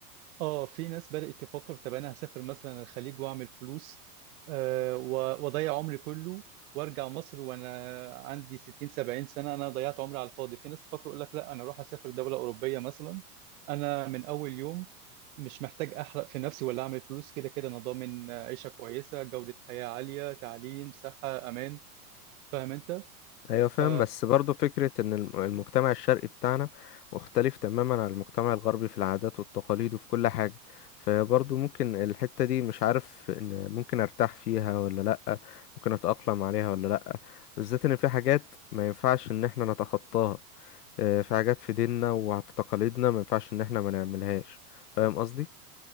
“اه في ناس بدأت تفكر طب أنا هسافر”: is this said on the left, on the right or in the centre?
Right